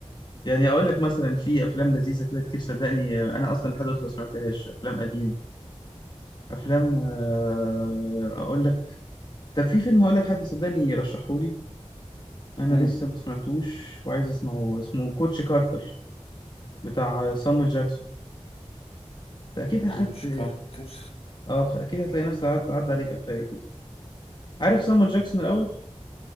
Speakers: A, on the left (about 40°); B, on the left (about 60°).
A: يعني أقول لك مثلا في أفلام لذيذة كده كتير صدقني آه، أنا أصلا لحد دلوقتي ما سمعتهاش أفلام قديمة أفلام آه أقول لك طب في فيلم هقول لك حد صدقني رشحهولي أنا
B: مم.
A: لسه ما سمعتوش وعايز أسمعه اسمه كوتش كارتر بتاع آه، صامويل جاكسون أكيد أخدت
B: كوتش كارتر
A: اه اكيد هتلاقي نفسك عدى عد عدى عليك او حاجه كده عارف صامويل جاكسون
B: لا
A: الاول